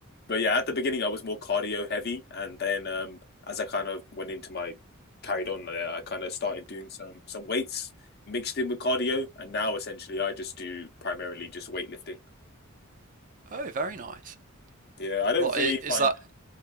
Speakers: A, on the left; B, on the right.
A: but yeah, at the beginning I was more cardio heavy, and then um, as I kind of went into my carried on there, I kind of started doing some some weights mixed in with cardio, and now essentially I just do primarily just weightlifting.
B: Oh, very nice.
A: Yeah, I don't
B: Like, i-
A: really
B: is
A: find
B: that